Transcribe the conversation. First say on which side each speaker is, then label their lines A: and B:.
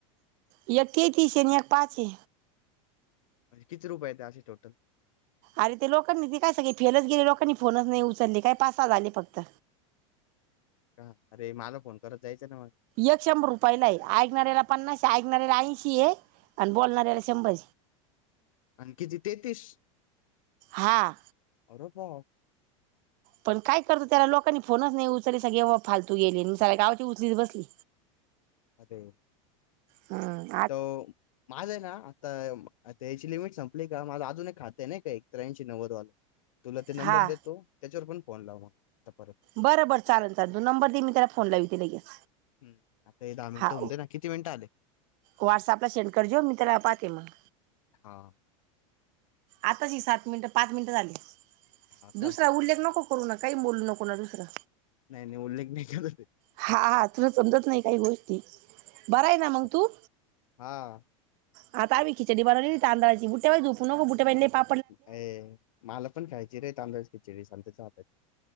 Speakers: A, on the right; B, on the left.
A: एकतेतीस आहे आणि एक पाच ये.
B: किती रुपये ते असे टोटल.
A: अरे ते लोकांनी ती काय सगळी फेलच गेले लोकांनी फोनच नाही उचलले काय पासा झाले फक्त.
B: का अरे मला फोन करत जायचं ना मला
A: एक शंभर रुपयाला आहे ऐकणाऱ्याला पन्नास ऐकणाऱ्याला ऐंशी आहे आणि बोलणाऱ्याला शंभर.
B: आणखी जि तेतीस
A: हा
B: अर भा
A: पण काय करतो त्याला लोकांनी फोनच नाही उचले सगळे फालतू गेले मी स्या गावची उचलीच बसली.
B: अे
A: हम
B: तो माझ आहे ना आताता याची लिमिट संपली का माझं अजून एक खातं आहे नाही का एकत्र्याऐंशी नवरवालं. तुला ते नंबर
A: हा
B: देतो त्याच्यावर पण फोन लावग आता परत
A: बरं बर चाल चाल तो नंबर दे म त्याला फोन लाव त लगेच.
B: हम् आता हे दहा मिनिटं
A: हा
B: होऊ दे ना किती मिनिटं आले.
A: व्हॉट्सअपला सेंड करजे मी तरला पाहते मग
B: हा
A: आताची सात मिनिटं पाच मिनिटं झाली
B: हा का
A: दुसरा उल्लेख नको. करू ना काही बोलू नको ना दुसरा.
B: नाही नाही उल्लेख नाही करत ते
A: हा हा तुला समजत नाही काही गोष्टी बर आहे ना मंग
B: आप-
A: तू
B: हा
A: हा भ खिचडी बवली ना तांडळाची बुटे पाऊू बट पाहिले पा.
B: अ मला पण खायची रे तांदच खिचडी सांताचाताची.